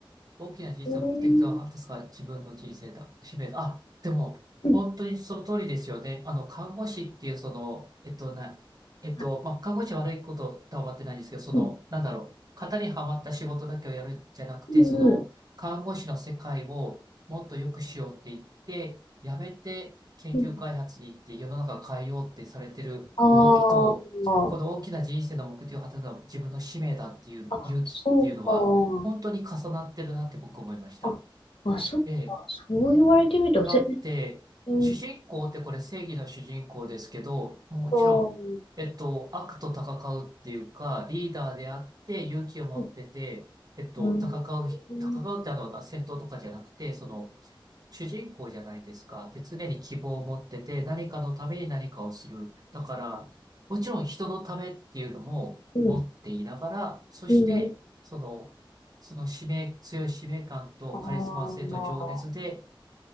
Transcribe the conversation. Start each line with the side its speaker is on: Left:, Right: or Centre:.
Right: 大きな小さな目的とは、
Left: えー、
Right: 確か自分の人生だ、使命だ。あ、でも、
Left: うん。
Right: 本当にその通りですよね。あの、看護師っていう、その、えっと、な、えっと、
Left: あ、
Right: まあ、看護師は悪いこととは思ってないんですけど、その、
Left: うん。
Right: なんだろう、型にはまった仕事だけをやるんじゃなくて、
Left: うんうん。
Right: その、看護師の世界をもっと良くしようって言って、やめて研究開発に行って世の中を変えようってされてる動きと、
Left: うんあー
Right: この大きな人生の目的を果たすのは自分の使命だっていう勇気っていうのは、
Left: あ、そう
Right: 本当に重なってるなって僕思いました。
Left: か。あ、あ、そっか。
Right: ええ
Left: そう言われてみると、
Right: だって、
Left: ぜ、うん
Right: 主人公ってこれ正義の主人公ですけど、もちろん、
Left: と、
Right: えっと、悪と戦うっていうか、リーダーであって勇気を持ってて、
Left: うん、
Right: えっと、
Left: うん、
Right: 戦う、戦
Left: うん、
Right: うってあの、戦闘とかじゃなくて、その、主人公じゃないですか。で、常に希望を持ってて、何かのために何かをする。だから、もちろん人のためっていうのも持っていながら、
Left: うん、
Right: そして、
Left: うん。
Right: その、その使命、強い使命感とカリスマ性と情熱で、
Left: ああ、まあ